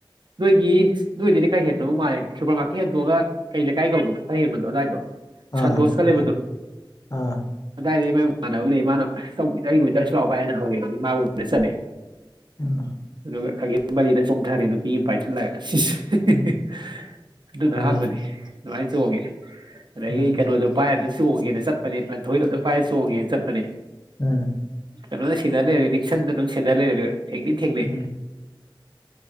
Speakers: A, on the right (about 60°); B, on the left (about 45°).
A: ꯅꯣꯏꯒꯤ ꯅꯣꯏꯗꯗꯤ ꯈꯔ ꯍꯦꯟꯗꯧ ꯃꯥꯜꯂꯦ ꯁꯨꯄꯔ ꯃꯥꯔꯀꯦꯠ ꯍꯦꯟꯇꯣꯛꯑꯒ ꯀꯩ ꯂꯩꯀꯥꯏ ꯀꯧꯒꯦ ꯈꯔ ꯍꯦꯟꯕꯗꯣ ꯑꯗꯨꯋꯥꯏꯗꯣ
B: ꯑꯥ
A: ꯁꯟꯇꯣꯁꯀ ꯂꯩꯕꯗꯣ
B: ꯑꯗꯨ ꯑꯥ
A: ꯑꯗꯥꯢ ꯃꯥꯢ ꯃꯃꯥꯟꯅꯕ ꯂꯩ ꯃꯥꯅ ꯀꯁꯨ ꯂꯥꯛꯑꯣ ꯍꯥꯏꯅ ꯍꯧꯋꯦ ꯃꯥꯕꯨꯗꯤꯅ ꯆꯠꯂꯦ
B: ꯎꯝ
A: ꯑꯗꯨꯒ ꯈꯒꯦꯝꯄꯂꯤꯗ ꯆꯣꯡꯊꯔꯦ ꯅꯨꯄꯤ ꯑꯃ ꯄꯥꯏꯁꯤꯜꯂꯒ ꯢꯁ ꯢꯁ ꯍꯤꯍꯤ
B: ꯎꯝ
A: ꯑꯗꯨꯅ
B: ꯐꯔꯦꯅꯦ
A: ꯑꯥꯍꯟꯕꯅꯤ ꯑꯗꯨꯃꯥꯏꯅ ꯆꯣꯡꯉꯦ ꯑꯗꯒꯤ
B: ꯎꯝ
A: ꯀꯩꯅꯣꯗꯣ ꯄꯥꯏ ꯑꯝꯇ ꯆꯣꯡꯒꯦꯅ ꯆꯠꯄꯅꯤ ꯉꯟꯊꯣꯏꯗꯣ ꯑꯃꯝ ꯄꯥꯏꯔ ꯆꯣꯡꯒꯦꯅ ꯆꯠꯄꯅꯤ
B: ꯎꯝ
A: ꯀꯩꯅꯣ ꯁꯦꯟꯅꯔ ꯂꯩꯔꯦ ꯅꯤꯛꯁꯟꯗꯨꯅ ꯁꯦꯟꯅꯔ ꯂꯩꯔꯦ ꯊꯦꯡꯗꯤ ꯊꯦꯡꯅꯩ
B: ꯎꯝ